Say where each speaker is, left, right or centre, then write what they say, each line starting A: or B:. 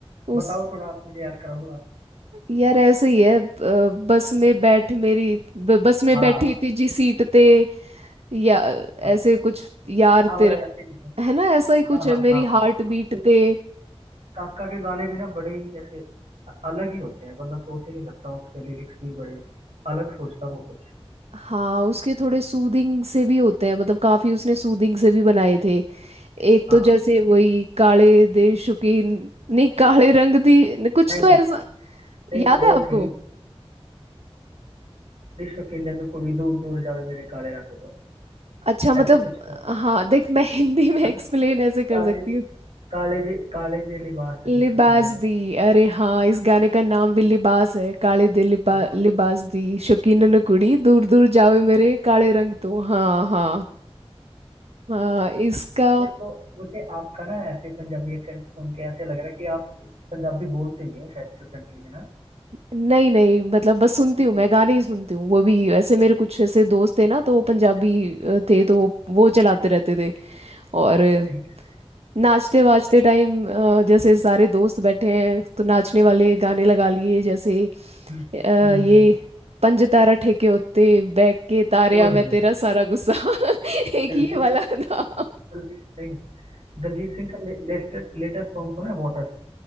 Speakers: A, on the right (about 75°); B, on the right (about 90°).
A: उस
B: बताओ थोड़ा आप मुझे याद कराओ दोबारा
A: यार ऐसे ही है अ, बस में बैठ मेरी ब- बस में
B: हाँ
A: बैठी तुझी सीट ते या
B: हाँ
A: ऐसे कुछ यार
B: हाँ
A: तेरा
B: मतलब ऐसे कुछ है।
A: है ना ऐसा ही कुछ
B: हाँ
A: है
B: हाँ
A: मेरी
B: हाँ
A: हार्ट
B: हाँ।
A: बीट
B: उस
A: ते
B: काका के गाने भी ना बड़े ही जैसे अ- अलग ही होते हैं बंदा सोच ही नहीं सकता उसके लिरिक्स भी बड़े अलग सोचता वो कुछ
A: हाँ उसके थोड़े सूदिंग से भी होते हैं मतलब काफी उसने सूदिंग से भी बनाए थे एक
B: हाँ
A: तो जैसे वही काले दे शौकीन नहीं काले रंग दी न- कुछ
B: नहीं
A: तो ऐसा
B: नहीं
A: याद
B: वो
A: है आपको
B: थी विश्व की नन्ही कुड़ी दूर दूर जावे मेरे काले रंग तो
A: अच्छा मतलब
B: ऐसे कुछ तो
A: हाँ देख मैं हिंदी में
B: है
A: एक्सप्लेन
B: ना
A: ऐसे कर
B: ಕಾಲೇಜ್
A: सकती हूँ
B: ಕಾಲೇಜಿ ಕಾಲೇಜಿಯಲ್ಲಿ ಭಾಷा
A: लिबास
B: किंडन
A: दी अरे हाँ इस गाने का नाम भी लिबास है काले दिल लिबा,
B: की भाषा
A: लिबास दी शौकीन न कुड़ी दूर दूर जावे मेरे काले रंग तो हाँ हाँ हाँ इसका
B: अच्छा मेरे को मुझे आपका ना ऐसे पंजाबी एक्सेंट सुन के ऐसे लग रहा है कि आप पंजाबी बोलते नहीं हो शायद फ्लुएंटली है ना
A: नहीं नहीं मतलब बस सुनती हूँ मैं गाने ही सुनती हूँ वो भी ऐसे मेरे कुछ ऐसे दोस्त थे ना तो वो पंजाबी अ, थे तो वो वो चलाते रहते थे और अ,
B: ठीक है
A: नाचते वाचते टाइम जैसे सारे दोस्त बैठे हैं तो नाचने वाले गाने लगा लिए जैसे
B: हम्म
A: अ,
B: हम्म हम्म,
A: ये
B: हम्म।
A: पंज तारा ठेके होते बैग के तारे
B: वो
A: आ
B: हमने
A: मैं तेरा सारा गुस्सा <laughs> एक
B: दिलजीत
A: ये वाला था
B: दिलजीत सिंह दिलजीत सिंह का लेटेस्ट लेटेस्ट सॉन्ग सुना है वाटर